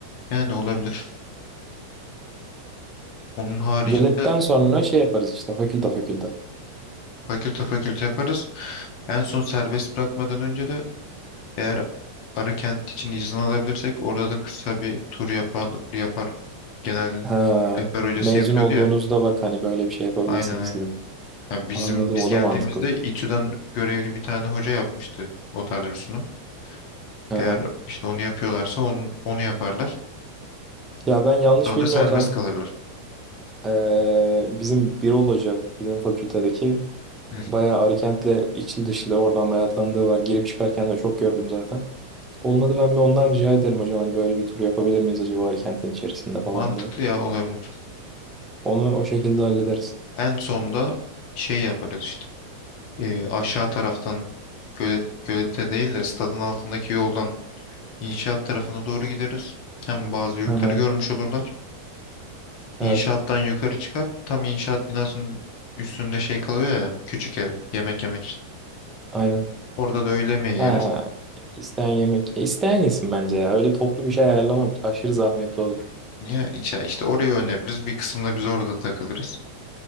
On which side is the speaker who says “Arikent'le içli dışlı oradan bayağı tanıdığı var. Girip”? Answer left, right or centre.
Right